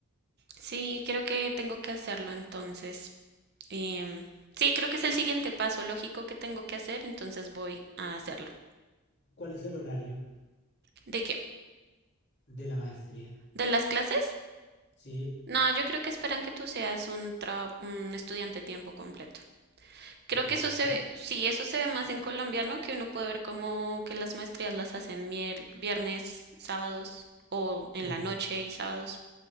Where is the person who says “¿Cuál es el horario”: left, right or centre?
Left